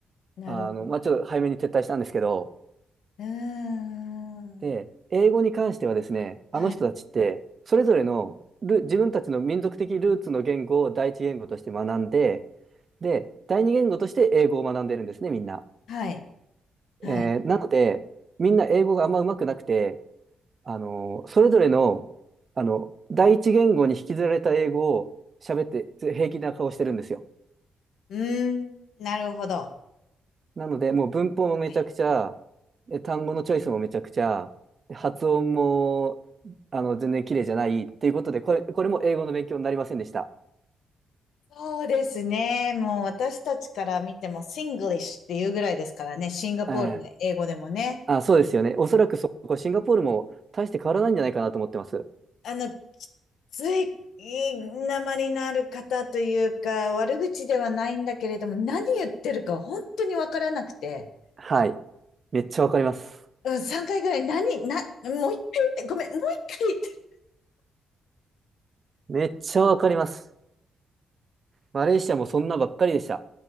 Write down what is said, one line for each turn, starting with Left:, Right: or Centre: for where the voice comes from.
Left: なるほど。
Right: あの、まあ、ちょっと早めに撤退したんですけど、
Left: うーん。
Right: で、英語に関してはですね、あの人たちって、
Left: はい。
Right: それぞれのル、自分たちの民族的ルーツの言語を第一言語として学んで、で、第二言語として英語を学んでるんですね、みんな。
Left: はい。はい。
Right: えーなので、みんな英語があんま上手くなくて、あの、それぞれの、あの、第一言語に引きずられた英語を喋ってず平気な顔してるんですよ。
Left: うーん。なるほど。は
Right: なので、もう文法もめちゃくちゃ、
Left: い。
Right: で単語のチョイスもめちゃくちゃ、で発音も、あの、全然綺麗じゃないっていうことで、これ、これも英語の勉強になりませんでした。
Left: そうですね。もう私たちから見ても、シングリッシュっていうぐらいですからね。シンガポールの英語でもね。
Right: ええあ、そうですよね。おそらくそこ、シンガポールも大して変わらないんじゃないかなと思ってます。
Left: あの、きつい、いい訛りのある方というか、悪口ではないんだけれども、何言ってるか本当にわからなくて。
Right: はい。めっちゃわかります。
Left: うん、3回ぐらい、何、な、もう一回言って、ごめん、もう一回
Right: めっちゃわかります。マレーシアもそんなばっかりでした。